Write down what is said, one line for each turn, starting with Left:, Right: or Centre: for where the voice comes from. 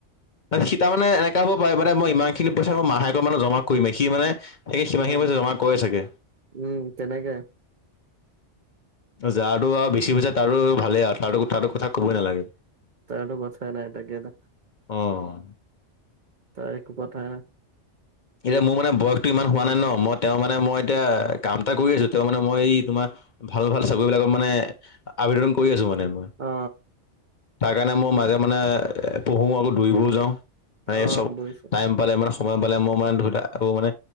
Left: সি তাৰানে এনেকা হব পাৰে মান মই ইমান খিনি পইচা মই মাহেকৈ মানে জমা কৰিমে সি মানে এই সিমানখিনি
Right: উম
Left: সময়ত জমা কৰে চাগে।
Right: উম, তেনেকায়ে।
Left: তই যাৰটো আৰু বেছি হৈছে তাৰো ভালেই আৰু তাৰো তাতো কথা কবই নালাগে।
Right: তেনেটো কথাই নাই তাকেতো।
Left: অ'।
Right: তাই একো কথা নাই।
Left: এতিয়া মোৰ মানে বয়সটো ইমান হোৱা নাই ন মই তেওঁ মানে মই এতিয়া কাম এটা কৰি আছো। তেওঁ মানে মই এই তোমাৰ ভাল ভাল চাকৰিবিলাকত মানে আবেদন কৰি আছো মানে। মই
Right: অ
Left: তাৰ কাৰণে মই মাজে মানে পঢ়ো আৰু দৌৰিবও যাওঁ। মই
Right: অ অ
Left: চব
Right: বুজিছো
Left: টাইম পালে মানে সময় পালে মোক <unintelligible> আকৌ মানে